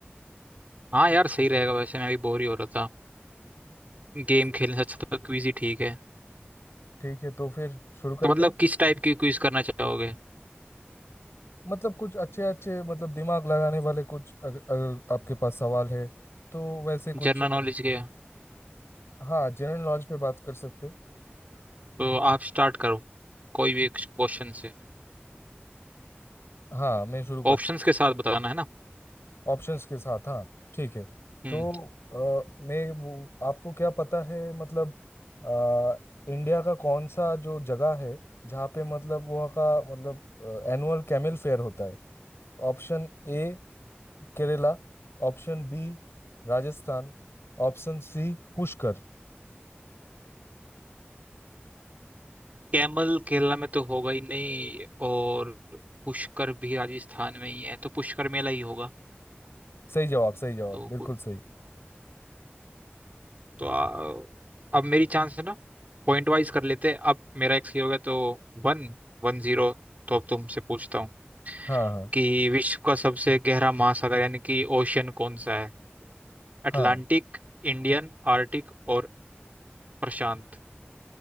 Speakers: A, on the right; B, on the left.
A: हाँ यार सही रहेगा वैसे मैं भी बोर ही हो रहा था गेम
B: सही।
A: खेलने से अच्छा तो क्विज ही ठीक है
B: ठीक है तो फिर शुरू करते
A: तो मतलब
B: हैं
A: किस टाइप की क्विज करना चाहोगे
B: मतलब कुछ अच्छे अच्छे मतलब दिमाग लगाने वाले कुछ अगर, अगर आपके पास सवाल है तो वैसे कुछ
A: जनरल
B: अगर
A: नॉलेज के
B: हाँ जनरल नॉलेज पे बात कर सकते हैं।
A: तो आप स्टार्ट करो कोई भी एक क्वेश्चन से
B: हाँ मैं शुरू करता
A: ऑप्शंस के साथ बताना है ना
B: ऑप्शंस के साथ हाँ ठीक है
A: हम्म
B: तो अ, मैं वो- आपको क्या पता है मतलब अ, इंडिया का कौन सा जो जगह है जहाँ पे मतलब वहाँ का मतलब एनुअल कैमल फेयर होता है Option A Kerala option B Rajasthan option C Pushkar
A: कैमल केरला में तो होगा ही नहीं और पुष्कर भी राजस्थान में ही है तो पुष्कर मेला ही होगा
B: सही जवाब सही जवाब
A: तो
B: बिल्कुल सही
A: तो आ, अब मेरी चांस है ना पॉइंट वाइज कर लेते हैं अब मेरा एक सही हो गया तो वन वन जीरो तो अब तुमसे पूछता हूँ
B: हाँ हाँ
A: कि विश्व का सबसे गहरा महासागर यानी कि ओशियन कौन सा है अटलांटिक
B: हाँ
A: इंडियन आर्टिक और प्रशांत